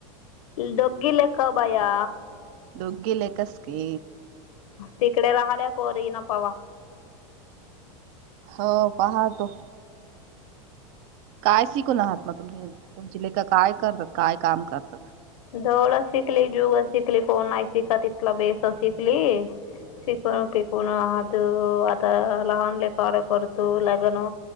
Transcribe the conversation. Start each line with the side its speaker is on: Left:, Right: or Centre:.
Left: डोगी लेक बाया
Right: दोघी लेकस की
Left: तिकडे राहल्या पोरी न पावा
Right: हो पहा तो काय शिकून आहात ना तुम तुमची लेख काय करतात काय काम करतात?
Left: दोघ शिकली जुग शिकली कोण नाही शिका तथला बेस शिकली शिकून की कोण आहात आता लहान लेख करतो लग्न